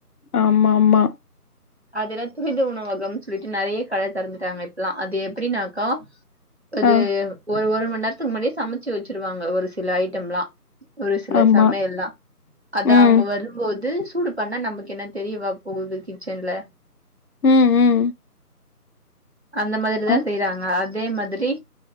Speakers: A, on the left; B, on the right.
A: ஆமாமா
B: அதுல்லா துரித உணவகம்னு சொல்லிட்டு நெறைய கட தொறந்துட்டாங்க இப்பல்லா அது எப்டின்னாக்கா அது
A: ஆ
B: ஒரு ஒரு மண் நேரத்துக்கு முன்னாடியே சமச்சு வச்சருவாங்க ஒரு சில ஐட்டம்லா ஒரு சில
A: ஆமா.
B: சமையல்லா அத
A: ம்.
B: அவங்க வரு ம்போது சூடு பண்ணா நமக்கு என்ன தெரியவா போகுது கிச்சன்ல
A: ம் ம்
B: அந்த மாதிரிதா
A: அ
B: செய்றாங்க அதே மாதிரி